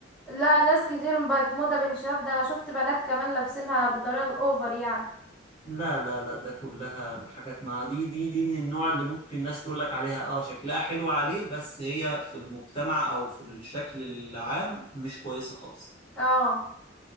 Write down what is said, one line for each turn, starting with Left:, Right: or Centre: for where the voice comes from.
Centre: لا ناس كتير بقت موضه بين الشباب ده انا شفت بنات كمان لابسينها بطريقه اوفر يعني
Left: لا لا لا ده كلها حاجات ما دي دي دي من النوع اللي ممكن الناس تقول لك عليها اه شكلها حلو عليه بس هي في المجتمع او في الشكل العام مش كويسة خالص
Centre: اه